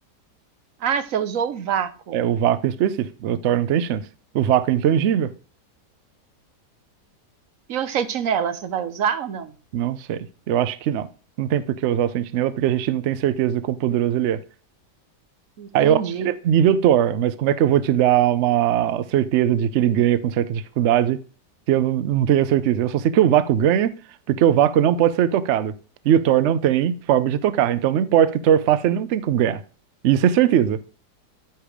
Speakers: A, on the right; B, on the right.
A: Ah, você usou o vácuo.
B: É o vácuo em específico. O Thor não tem chance. O vácuo é intangível?
A: E o sentinela, você vai usar ou não?
B: Não sei. Eu acho que não. Não tem por que usar o Sentinela, porque a gente não tem certeza do quão poderoso ele é.
A: Entendi,
B: Aí eu acho que ele é nível Thor, mas como é que eu vou te dar uma certeza de que ele ganha com certa dificuldade se eu não, não tenho a certeza? Eu só sei que o vácuo ganha, porque o vácuo não pode ser tocado. E o Thor não tem forma de tocar. Então não importa o que o Thor faça, ele não tem como ganhar. Isso é certeza.